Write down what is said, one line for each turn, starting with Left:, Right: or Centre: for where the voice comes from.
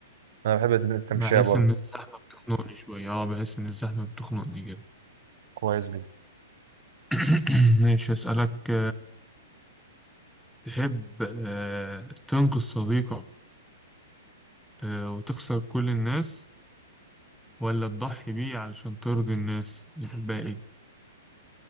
Right: انا بحب التمشية
Centre: بحس
Right: برضه
Centre: ان الزحمة بتخنقني شوية اه بحس ان الزحمة بتخنقني جدا
Right: كويس جدا
Centre: <coughs> ماشي اسألك تحب آه، تنقذ صديقك آه، وتخسر كل الناس ولا تضحي بيه علشان ترضي الناس يحبها ايه